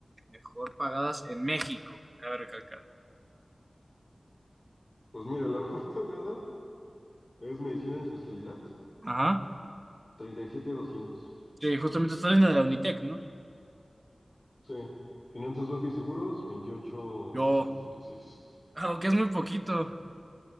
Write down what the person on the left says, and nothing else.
Pues mira, la mejor <laughs> pagada es medicina en especialidad,
37.200.
Sí. Finanzas, banca y seguros, veintiocho
trescientos treinta y seis.